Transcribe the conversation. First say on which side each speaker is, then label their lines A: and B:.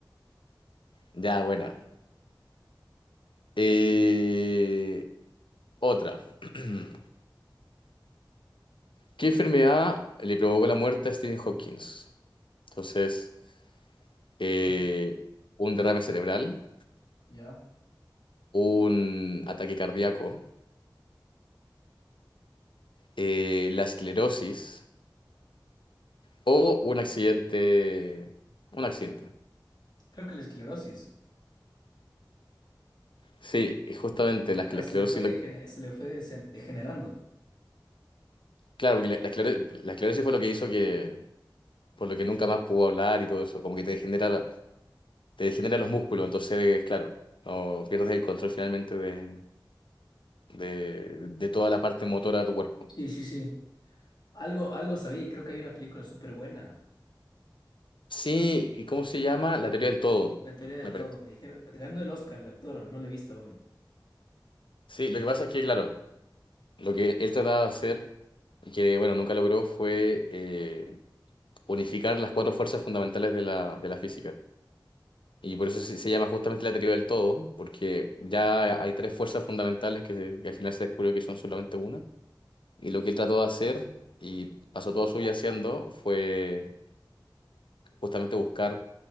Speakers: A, on the left; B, on the left.
A: Ya, buena. Eh, otra. <clears throat> ¿Qué enfermedad le provocó la muerte a Stephen Hawking? Entonces, eh,
B: Uf,
A: un derrame cerebral,
B: ya.
A: un ataque cardíaco, eh, la esclerosis o un accidente. Un accidente.
B: Creo que la esclerosis.
A: Sí, y justamente la,
B: Ajá,
A: la
B: se
A: esclerosis.
B: le fue, degene-
A: lo que-
B: se le fue desen- degenerando.
A: claro, porque la, la esclero- la esclerosis fue lo que hizo que. Por lo que nunca más pudo hablar y todo eso. Como que te degenera, la- te degenera los músculos. Entonces, claro, no pierdes el control finalmente de, de, de toda la parte motora de tu cuerpo.
B: Sí, sí, sí. Algo, algo sabía y creo que hay una película súper buena.
A: Sí, ¿y cómo se llama? La teoría del todo,
B: La teoría del
A: me parece.
B: todo. Me dijeron, ganó el Oscar el actor, no lo he visto aún.
A: Sí, lo que pasa es que, claro. Lo que él trataba de hacer, y que bueno, nunca logró, fue eh, unificar las cuatro fuerzas fundamentales de la, de la física. Y por eso se, se llama justamente la teoría del todo, porque ya hay tres fuerzas fundamentales que, se- que al final se descubrió que son solamente una. Y lo que él trató de hacer, y pasó toda su vida haciendo, fue justamente buscar